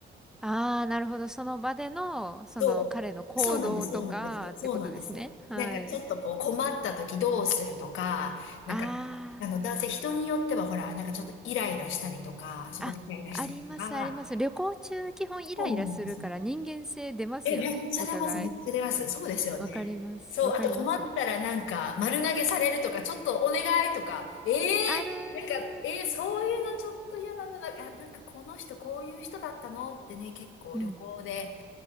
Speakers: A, in the centre; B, on the left (about 80°).
A: ああ、なるほど。その場での、その彼の行動とかってことですね。
B: そう、そうなんです、そうなんです、そうなんです。
A: はい。
B: なんかちょっとこう困った時どうするとか、なんか、
A: あ
B: あの男性人によってはほら、なんかちょっとイライラしたりとか、そこでイライラしたりとか、
A: あ、あ、あります、あります。旅行中、基本イライラするから人間性出ますよね。
B: そうなんです。え、めっちゃ出ます、
A: お互い。
B: めっちゃ出ます。そうですよね。
A: わかります。
B: そう、
A: わかります。
B: あと困ったらなんか丸投げされるとか、ちょっとお願いとか、ええなんか、
A: ある
B: えー、
A: ー。
B: そういうのちょっと嫌だな、なんか、あなんかこの人こういう人だったのってね、結構旅行で
A: うん。